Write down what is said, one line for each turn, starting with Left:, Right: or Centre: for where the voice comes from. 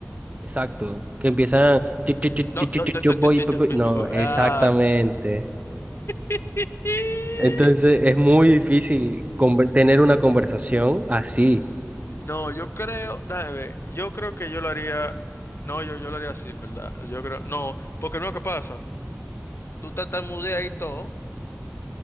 Right: Exacto, que empiezan, "Chi, chi, chi,
Left: No,
Right: chi, chi,
Left: no,
Right: chi,
Left: no, no,
Right: yo voy,
Left: no, no,
Right: pe,
Left: no,
Right: pe". no,
Left: no, no,
Right: exactamente.
Left: ah. <laughs>
Right: Entonces es muy difícil conver- tener una conversación así.
Left: No, yo creo, dame, ver, yo creo que yo lo haría, no, yo, yo lo haría así, en verdad, yo creo, no, porque no, ¿qué pasa? Tú tartamudeas y todo.